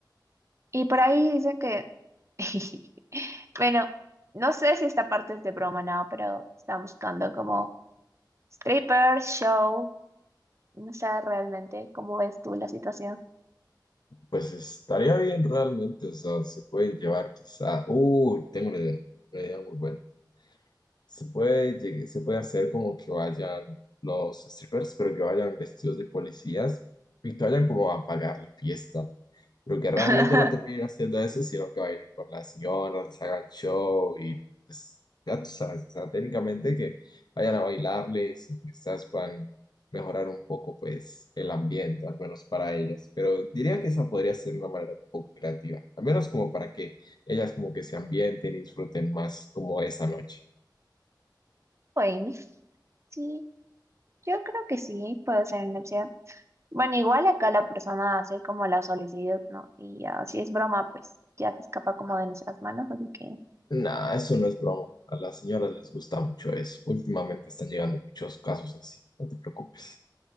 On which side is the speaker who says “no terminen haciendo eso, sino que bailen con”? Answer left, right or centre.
Left